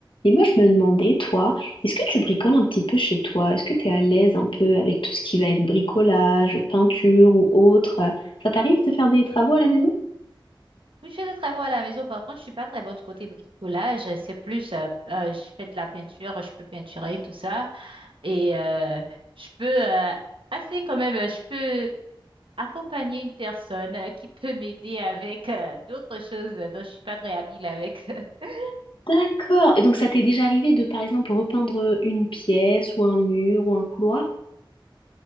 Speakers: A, on the left; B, on the right.
A: Et moi, je me demandais, toi, est-ce que tu bricoles un petit peu chez toi? Est-ce que tu es à l'aise un peu avec tout ce qui va être bricolage, peinture ou autre? Ça t'arrive de faire des travaux à la maison?
B: Oui, je fais des travaux à la maison. Par contre, je suis pas très bonne du côté bricolage. C'est plus, euh, euh, je fais de la peinture, je peux peinturer tout ça. Et euh, je peux, euh, assez quand même, euh, je peux accompagner une personne euh, qui peut m'aider avec euh, d'autres choses dont je suis pas très habile avec. <laughs>
A: D'accord. Et donc, ça t'est déjà arrivé de, par exemple, repeindre une pièce ou un mur ou un couloir?